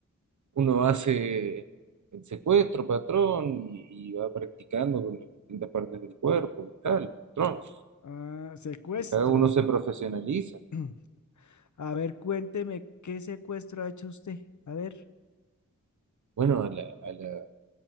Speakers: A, on the right; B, on the left.
A: Uno hace el secuestro, patrón, y, y va practicando con las distintas partes del cuerpo y tal, patrón.
B: Ah, secuestro.
A: Cada uno se profesionaliza.
B: <clears throat> A ver, cuénteme qué secuestro ha hecho usted. A ver.
A: Bueno, a la, a la,